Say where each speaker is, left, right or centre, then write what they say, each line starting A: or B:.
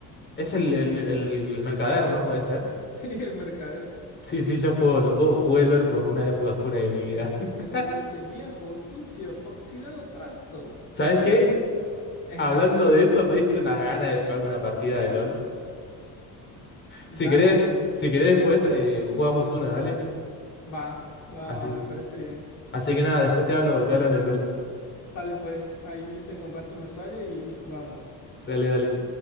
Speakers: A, on the left; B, on the left.
A: Es el, el, el, el mercader, ¿no? Puede ser.
B: <laughs> Y el mercader
A: Sí, sí, yo juego, lo juego, jugué LOL por una época oscura de mi vida.
B: que,
A: <laughs>
B: que te dice viejo, sucio, oxidado, trasto.
A: ¿Sabes
B: Eso
A: qué?
B: significa... Ajá,
A: Hablando de eso, me diste unas ganas de pegarme una partida de LOL.
B: dale,
A: Si querés, si querés después, eh, jugamos una, dale.
B: va, va,
A: Así.
B: va, me parece bien.
A: Así que nada, después te hablo, te hablo en el LOL.
B: Sale pues, ahí te comparto mi usuario y, y jugamos.
A: Dale, dale.